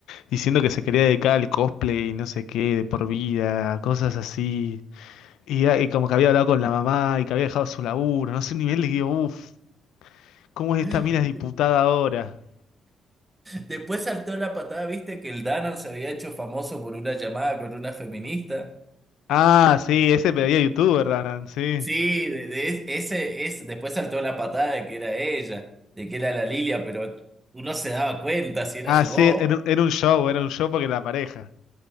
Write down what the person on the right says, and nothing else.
<laughs>
Después saltó la patada, viste que el Danan se había hecho famoso por una llamada con una feminista.
Sí, de, de es- ese, es, después saltó la patada de que era ella, de que era la Lilia, pero uno se daba cuenta si era
su
voz.